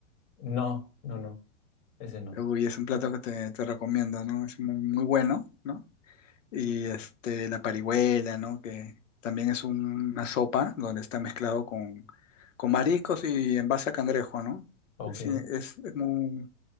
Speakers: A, on the left; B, on the left.
A: No, no, no, ese no.
B: Uy, es un plato que te, te recomiendo, ¿no? Es muy, muy bueno, ¿no? Y este, la parihuela, ¿no? Que también es un- una sopa donde está mezclado con, con mariscos y en base a cangrejo, ¿no?
A: Ok.
B: Es, es- es muy,